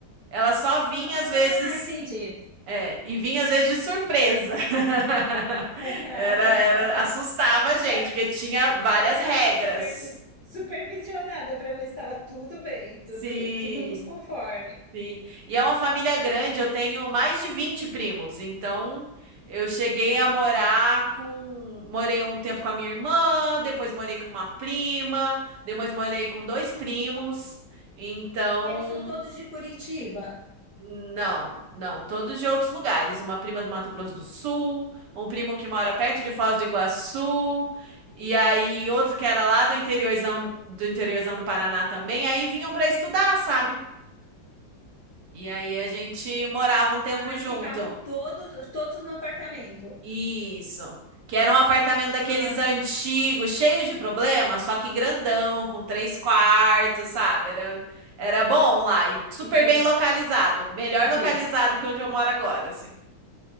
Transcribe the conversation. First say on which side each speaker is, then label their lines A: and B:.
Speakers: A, on the right; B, on the left.
A: Ela só vinha
B: Ah,
A: às vezes,
B: entendi.
A: é, e vinha às vezes de surpresa. <laughs>
B: <laughs>
A: Era, era, assustava a gente,
B: Para
A: porque tinha várias
B: para dar
A: regras.
B: uma supervis- supervisionada para ver se estava tudo bem, tudo,
A: Sim,
B: tudo nos conforme.
A: sim. E é uma família grande, eu tenho mais de 20 primos, então eu cheguei
B: Ah,
A: a morar com, morei um tempo com a minha irmã, depois morei com uma prima, depois morei com dois primos. Então,
B: e eles são todos de Curitiba.
A: Não, não, todos de outros lugares. Uma prima do Mato Grosso do Sul, um primo que mora perto
B: Ai,
A: de Foz
B: que beleza.
A: do Iguaçu, e aí outro que era lá do interiorzão do interiorzão do Paraná também. Aí vinham para estudar, sabe? E aí a gente
B: Ente-
A: morava um tempo
B: Aí
A: junto.
B: ficavam todos, todos no apartamento.
A: Isso. Que era um apartamento
B: Ah,
A: daqueles antigos, cheio de problema, só que grandão, com três quartos, sabe? Era, era bom lá e super
B: ente-
A: bem localizado. Melhor
B: entendi.
A: localizado que onde eu moro agora, assim.